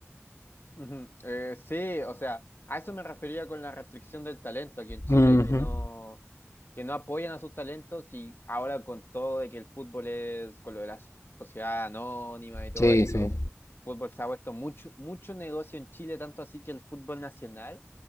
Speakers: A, on the left; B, on the left.
A: Ujú. Eh, sí, o sea, a eso me refería con la restricción del talento aquí en Chile,
B: Ujú.
A: que no que no apoyan a sus talentos y ahora con todo de que el fútbol es, con lo de la sociedad anónima y todo
B: Sí,
A: esto,
B: sí.
A: el fútbol se ha puesto mucho, mucho negocio en Chile, tanto así que el fútbol nacional,